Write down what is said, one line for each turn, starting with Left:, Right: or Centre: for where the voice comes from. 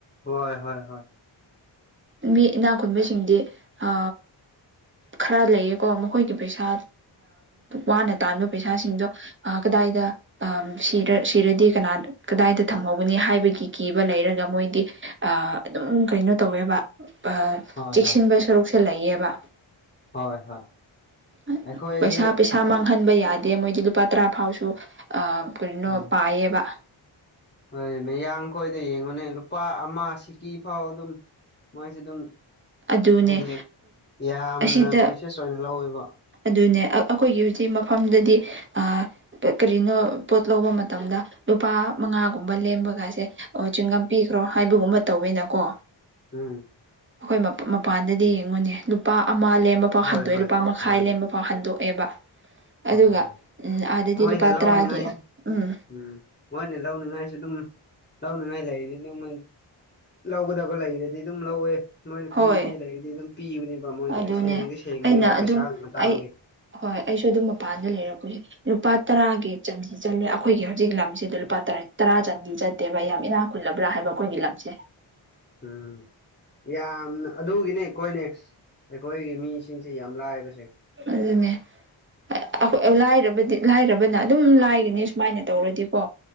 Left: ꯍꯣꯏ ꯍꯣꯏ ꯍꯣꯏ
Right: ꯃꯤ ꯏꯅꯥꯛ ꯈꯨꯟꯕꯁꯤꯡꯗꯤ ꯑ ꯈꯔ ꯂꯩꯌꯦꯀꯣ ꯃꯈꯣꯏꯒꯤ ꯄꯩꯁꯥ ꯋꯥꯅ ꯇꯥꯟꯕ ꯄꯩꯁꯁꯤꯡꯗꯣ ꯀꯗꯥꯏꯗ ꯑ ꯁꯤꯔ ꯁꯤꯔꯗꯤ ꯀꯅꯥ ꯀꯗꯥꯏꯗ ꯊ ꯇꯧꯕꯅꯤ ꯍꯥꯏꯕꯒꯤ ꯀꯤꯕ ꯂꯩꯔꯒ ꯃꯣꯏꯗꯤ ꯑ ꯑꯗꯨꯝ ꯀꯩꯅꯣ ꯇꯧꯋꯦꯕ ꯑꯥ
Left: ꯍꯣꯏ
Right: ꯆꯦꯛꯁꯤꯟꯕ
Left: ꯍꯣꯏ
Right: ꯁꯔꯨꯛꯁꯦ ꯂꯩꯌꯦꯕ
Left: ꯍꯣꯏ ꯍꯣꯏ
Right: <unintelligible>
Left: ꯑꯩꯈꯣꯏꯗꯤ
Right: ꯄꯩꯁꯥ ꯄꯩꯁꯥ ꯃꯥꯡꯍꯟꯕ ꯌꯥꯗꯦ ꯃꯣꯏꯗꯤ ꯂꯨꯄꯥ ꯇꯔꯥ ꯐꯥꯎꯁꯨ ꯑ ꯀꯔꯤꯅꯣ
Left: ꯍꯣꯏ
Right: ꯄꯥꯏꯌꯦꯕ
Left: ꯍꯣꯏ ꯃꯌꯥꯡ ꯈꯣꯏꯗꯤ ꯌꯦꯡꯉꯨꯅꯦ ꯂꯨꯄꯥ ꯑꯃ ꯁꯤꯀꯤ ꯐꯥꯎ ꯑꯗꯨꯝ ꯃꯣꯏꯁꯦ ꯑꯗꯨꯝ
Right: ꯑꯗꯨꯅꯦ
Left: ꯍꯥꯏꯗꯤ ꯌꯥꯝꯅ
Right: ꯑꯁꯤꯗ
Left: ꯄ꯭꯭ꯔꯤꯁꯦꯁ ꯑꯣꯏꯅ ꯂꯧꯋꯦꯕ
Right: ꯑꯗꯨꯅꯦ ꯑꯩꯈꯣꯏꯒꯤ ꯍꯧꯖꯤꯛ ꯃꯐꯝꯗꯨꯗꯤ ꯑꯥ ꯀꯔꯤꯅꯣ ꯄꯣꯠ ꯂꯧꯕ ꯃꯇꯝꯗ ꯂꯨꯄꯥ ꯃꯉꯥꯒꯨꯝꯕ ꯂꯦꯝꯕꯒꯁꯦ ꯆꯤꯡꯉꯝ ꯄꯤꯈ꯭ꯔꯣ ꯍꯥꯏꯕꯒꯨꯝꯕ ꯇꯧꯋꯦꯅꯀꯣ
Left: ꯎꯝ
Right: ꯑꯩꯈꯣꯏ ꯃꯄꯥꯟꯗꯗꯤ ꯌꯦꯡꯉꯨꯅꯦ ꯂꯨꯄꯥ ꯑꯃ ꯂꯦꯝꯕ ꯄꯥꯎ
Left: ꯍꯣꯏ
Right: ꯍꯟꯗꯣꯛ
Left: ꯍꯣꯏ
Right: ꯂꯨꯄꯥ ꯃꯈꯥꯏ
Left: ꯃꯥꯅꯦ
Right: ꯂꯦꯝꯕ ꯐꯥꯎ ꯍꯟꯗꯣꯛꯑꯦꯕ ꯑꯗꯨꯒ
Left: ꯍꯣꯏ ꯍꯣꯏ
Right: ꯎꯝ ꯑꯥꯗꯗꯤ
Left: ꯃꯣꯏꯅ
Right: ꯂꯨꯄꯥ
Left: ꯂꯧꯅꯤꯡꯉꯥꯏꯁꯨ
Right: ꯇꯔꯥꯒꯤ ꯎꯝ
Left: ꯎꯝ ꯃꯣꯏꯅ ꯂꯧꯅꯤꯡꯉꯥꯏꯁꯨ ꯑꯗꯨꯝ ꯂꯧꯅꯤꯡꯉꯥꯏ ꯂꯩꯔꯤꯗꯤ ꯑꯗꯨꯝ ꯂꯧꯒꯗꯕ ꯂꯩꯔꯗꯤ ꯑꯗꯨꯝ ꯂꯧꯋꯦ ꯅꯣꯏꯅ
Right: ꯍꯣꯏ
Left: ꯄꯤꯅꯤꯡꯉꯥꯏ ꯂꯩꯗꯤ ꯑꯗꯨꯝ ꯄꯤꯕꯅꯦꯕ ꯃꯣꯏꯗꯤ
Right: ꯑꯗꯨꯅꯦ
Left: ꯁꯦꯡꯗꯤ ꯁꯦꯡꯕꯅꯦꯕ
Right: ꯑꯩꯅ ꯑꯗꯨꯝ
Left: ꯄꯩꯁꯥꯒꯤ ꯃꯇꯥꯡꯗꯤ
Right: ꯑꯩ ꯍꯣꯏ ꯑꯩꯁꯨ ꯑꯗꯨꯝ ꯃꯄꯥꯟꯗ ꯂꯩꯔꯛꯄꯁꯦ ꯂꯨꯄꯥ ꯇꯔꯥꯒꯤ ꯆꯟꯗꯤ ꯆꯠꯂ ꯑꯩꯈꯣꯏꯒꯤ ꯍꯧꯖꯤꯛ ꯂꯝꯁꯤꯗ ꯂꯨꯄꯥ ꯇꯔꯥ ꯆꯟꯗꯤ ꯆꯠꯂꯤ ꯅꯠꯇꯦꯕ ꯌꯥꯝ ꯏꯅꯥ ꯈꯨꯜꯂꯕ꯭ꯔꯥ ꯍꯥꯏꯕ ꯑꯩꯈꯣꯏꯒꯤ ꯂꯝꯁꯦ
Left: ꯎꯝ ꯌꯥꯝꯅ ꯑꯗꯨꯒꯤꯅꯦ ꯑꯩꯈꯣꯏꯅꯦ ꯑꯩꯈꯣꯏꯒꯤ ꯃꯤꯁꯤꯡꯁꯦ ꯌꯥꯝ ꯂꯥꯏꯕꯁꯦ
Right: ꯑꯗꯨꯅꯦ ꯑꯦ ꯑꯩ ꯈꯣꯏ ꯏꯔꯕꯗꯤ ꯂꯥꯏꯔꯕꯅ ꯑꯗꯨꯝ ꯂꯥꯏꯔꯅꯤ ꯁꯨꯃꯥꯏꯅ ꯇꯧꯔꯗꯤꯀꯣ